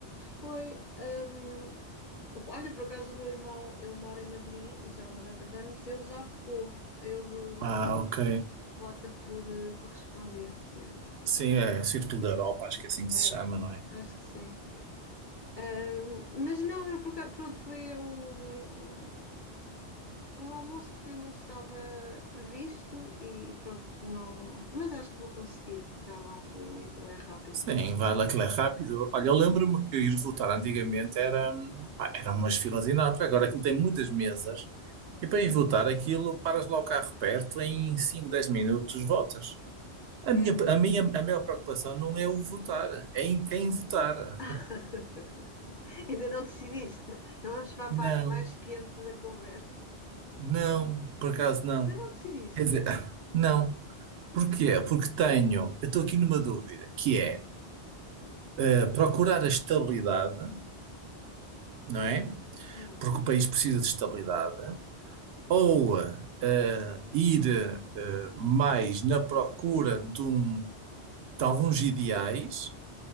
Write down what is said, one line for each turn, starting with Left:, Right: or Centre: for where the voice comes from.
Left: foi. hum, Olha, por acaso o meu irmão, ele mora em Madrid já há uma data de anos, ele já votou. Ele hum,
Right: Ah, ok.
Left: vota por eh, correspondência.
Right: Sim, é o Círculo da Europa, acho que é assim que
Left: É,
Right: se chama, não é?
Left: acho que sim. Ahm, mas não, eu por acaso- pronto, foi um, um, um almoço que não estava previsto e pronto, não. Mas acho que vou conseguir dar lá um pulinho, aquilo é rápido.
Right: Sim, vai lá, aquilo é rápido. Olha, eu lembro-me
Left: É.
Right: que ir votar antigamente era, hum, pá, eram umas filas enormes. Agora aquilo tem muitas mesas e para ir votar aquilo, paras lá o carro perto, em 5, 10 minutos votas. A
Left: É.
Right: minha, a minha, a maior preocupação não é o votar, é em quem votar.
Left: <laughs> Ainda não decidiste. Então vamos para a
Right: Não,
Left: parte mais quente da conversa.
Right: não, por acaso não.
Left: Ainda não decidiste?
Right: Quer dizer, <laughs> não. Porquê? Porque tenho, eu estou aqui numa dúvida, que é eh, procurar a estabilidade, não é?
Left: Hum,
Right: Porque o país precisa de estabilidade, ou eh, eh, ir eh, mais na procura de, um- de alguns ideais